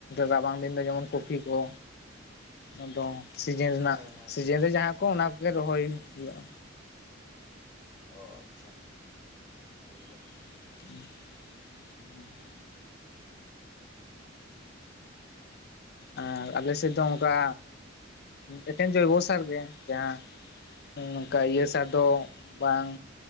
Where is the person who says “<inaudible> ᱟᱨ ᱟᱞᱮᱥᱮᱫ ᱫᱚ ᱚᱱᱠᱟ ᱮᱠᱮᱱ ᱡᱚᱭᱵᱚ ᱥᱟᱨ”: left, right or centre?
Left